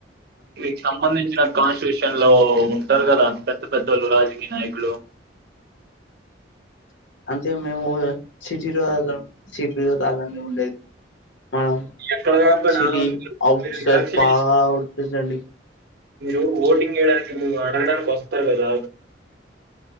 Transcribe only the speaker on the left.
అంతే మేము సిటీలో సిటీలో రాధన్ని ఉండేది మనం
సిటీ
అఔట్
సైడ్స్
బాట్స్ అండి